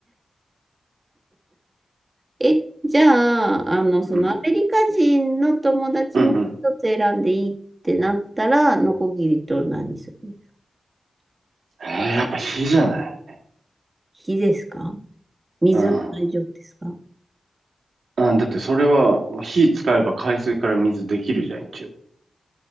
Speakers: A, on the right (about 35°); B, on the right (about 80°).
A: え、じゃあ、あの、そのアメリカ人の友達も一つ選んでいいってなったら、
B: うん。うんうん。
A: ノコギリと何する
B: えー、やっぱ火じゃない。
A: 火ですか水は大丈夫ですか
B: うん。うん、だってそれは火使えば海水から水できるじゃん、一応。